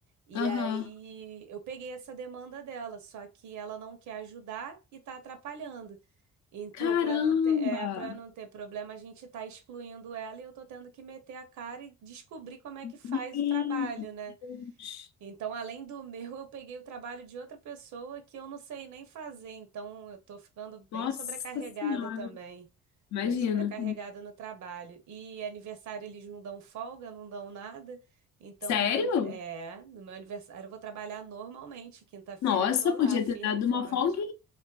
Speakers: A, on the right (about 70°); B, on the left (about 65°).
A: E
B: aham.
A: aí eu peguei essa demanda dela, só que ela não quer ajudar e tá atrapalhando. Então,
B: Caramba!
A: para não ter, é, para não ter problema, a gente tá excluindo ela e eu tô tendo que meter a cara e descobrir como é que faz
B: Meu
A: o trabalho, né?
B: Deus!
A: Então, além do meu, eu peguei o trabalho de outra pessoa que eu não sei nem fazer. Então, eu tô ficando bem
B: Nossa
A: sobrecarregada
B: Senhora!
A: também.
B: Imagina.
A: Bem sobrecarregada no trabalho. E aniversário eles não dão folga, não dão nada. Então,
B: Sério?
A: meu, anive- é, no meu aniversário eu vou trabalhar normalmente. Quinta-feira
B: Nossa,
A: eu tô lá,
B: podia
A: firme
B: ter dado
A: e forte.
B: uma folguinha,